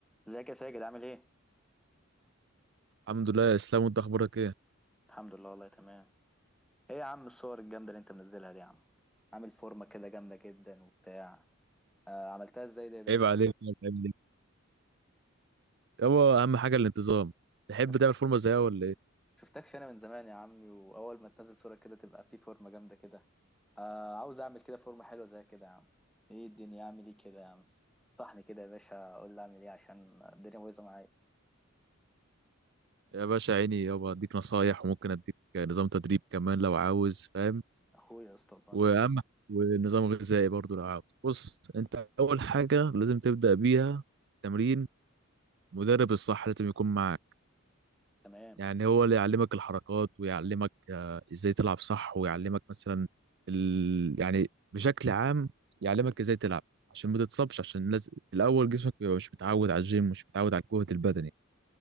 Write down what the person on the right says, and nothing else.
الحمد لله يا اسلام وانت اخبارك ايه
عيب عليك يا زميلي. يابا اهم حاجه الانتظام تحب
تعمل فورمه زيها ولا ايه
يا باشا عيني يابا اديك نصايح وممكن اديك نظام تدريب كمان لو عاوز فاهم
واهم ونظام غذائي برضو لو عاوز بص انت اول حاجه لازم تبدا بيها تمرين مدرب الصح لازم يكون معاك
يعني هو اللي يعلمك الحركات ويعلمك آه، ازاي تلعب صح ويعلمك مثلا ال... يعني بشكل عام يعلمك ازاي تلعب عشان ما تتصابش عشان لازم الاول جسمك بيبقى مش متعود على الجيم مش متعود على الجهد البدني